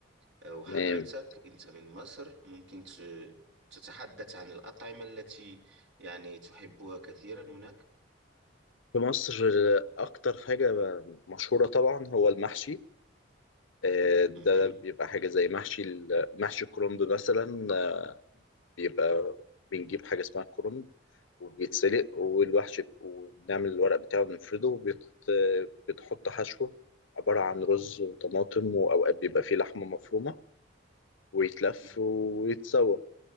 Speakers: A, on the right (about 70°); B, on the left (about 85°).
A: آه، وحضرتك
B: يعني
A: أنت من مصر ممكن ت- تتحدث عن الأطعمة التي يعني تحبها كثيرا هناك
B: في مصر اكتر حاجه مشهوره طبعا هو المحشي آه، ده
A: مهم.
B: بيبقى حاجه زي محشي ال- محشي الكرنب مثلا آه، بيبقى بنجيب حاجه اسمها الكرنب وبيتسلق والوحش ب- وبنعمل الورق بتاعه بنفرده وبتحط حشوه عبارة عن رز وطماطم وأوقات بيبقى فيه لحمة مفرومة ويتلف
A: مهم.
B: ويتسوى